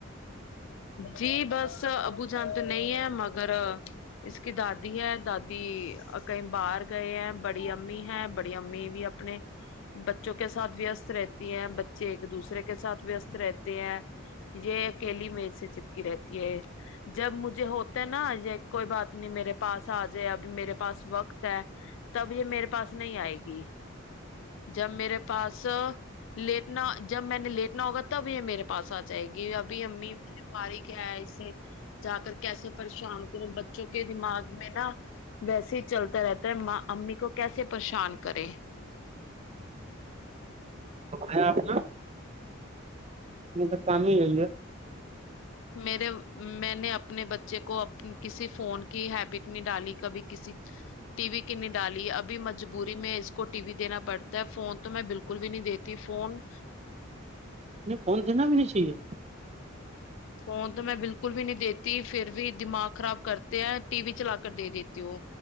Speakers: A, on the left (about 60°); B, on the right (about 30°).
A: جی بس ابو جان تو نہیں ہے مگر اس کی دادی ہے دادی کہیں باہر گئے ہیں بڑی امی ہے بڑی امی بھی اپنے بچوں کے ساتھ وستست رہتی ہے بچے ایک دوسرے کے ساتھ وست رہتے ہیں یہ اکیلی میں سے چپکی رہتی ہے جب مجھے ہوتا نا یہ کوئی بات نہیں میرے پاس آ جائے اب میرے پاس وقت ہے تب یہ میرے پاس نہیں آئے گی جب میرے پاس لیٹنا جب میں نے لیٹنا ہوگا تب یہ میرے پاس آتا چاہ گی ابھی امی فارغ ہے اسے جا کر کیسے پریشان کروں بچوں کے دماغ میں نہ ویسے ہی چلتا رہتا امی کو کیسے پریشان کرے
B: ہے آپنا نہیں تو کام ہی ہو ہے
A: میرے میں نے اپنے بچے کو کسی فون کی ہیبٹ نہیں ڈالی کبھی کسی ٹی وی کی نہیں ڈالی ابھی مجبوری میں اس کو ٹی وی دینا پڑتا ہے فون تو میں بالکل بھی نہیں دیتی فون
B: نہیں فون دینہ بھی نہیں چاہیے
A: فون تو میں بالکل بھی نہیں دیتی پھر بھی دماغ خراب کرتے ہیں ٹی و ی چلا کر دے دیتے ہو